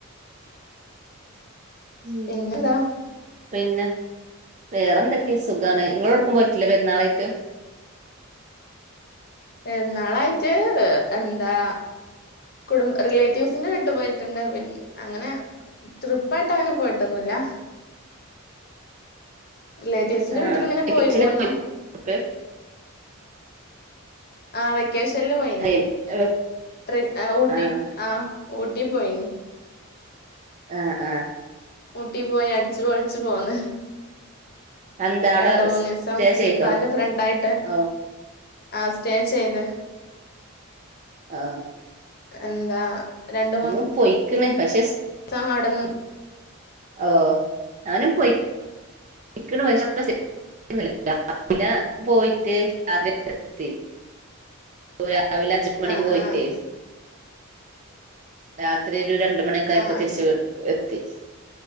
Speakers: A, on the right; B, on the left.
A: ഉം
B: പിന്നെന്താ
A: പിന്നെ വേറെന്തൊക്കെയാ സുഖാണ് നിങ്ങളോടുക്കും പോയിട്ടില്ലേ പെരുന്നാളായിട്ട്
B: പെരുന്നാളായിട്ട് ഹ് എന്താ കുടുംബ റിലേറ്റീവ്സിന്റെ വീട്ട് പോയിട്ടുണ്ട് പിന്ന അങ്ങനെ ട്രിപ്പായിട്ട് അങ്ങനെ പോയിട്ടൊന്നുല്ല റിലേറ്റീവ്സിന്റെ
A: ആഹ്
B: വീട്ടില്ങ്ങനെ
A: വെക്കേഷന്
B: പോയി പോന്നു
A: പോയിട്ട്
B: ആ വെക്കേഷനിില് പോയിന്
A: അതെ
B: ട്രി ആ ഊട്ടി
A: ആഹ്
B: ആ ഊട്ടി പോയിനി
A: ആഹ് ആഹ്
B: ഊ ട്ടി പോയി അടിച്ചുപൊളിച്ച് പോന്ന്
A: എന്താ അവിടെ
B: രണ്ട് മൂന്ന്
A: സ്റ്റേ
B: ദിവസം
A: ചെയ്തോ
B: ഇപ്പാൻ്റെ ഫ്രണ്ടായിട്ട്
A: ഓ
B: ആ സ്റ്റേ ചെയ്ത്
A: ഓ
B: എന്താ രണ്ട് മൂന്ന്
A: അങ്ങ് പോയി ക്ണ് പക്ഷെ സ്
B: ദിവസം ആ അടന്ന്
A: ഓ ഞാനും പോയി ക്ക്ണ് പക്ഷേ രാവിലെ പോയിട്ട് രാത്രി എത്തി രാവിലെ അഞ്ച് മണിക്ക്
B: ആ
A: പോയിട്ടേ
B: ആ
A: രാത്രി ഒരു രണ്ട് മണി ഒക്കായപ്പോ
B: ആ
A: തിരിച്ച വീ എത്തി